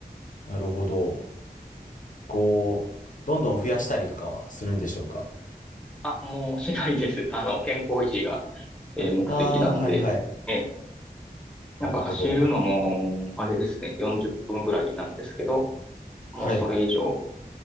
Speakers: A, on the left; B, in the centre.
A: なるほど。こう、どんどん増やしたりとかはするんでしょうか。
B: あ、もうしないです。<laughs> あの、健康維持が、えー目的なので、
A: ああー、はいはい。
B: え、
A: なるほど。
B: なんか走るのも、あれですね、40分ぐらいなんですけど、もうそれ以上
A: はい。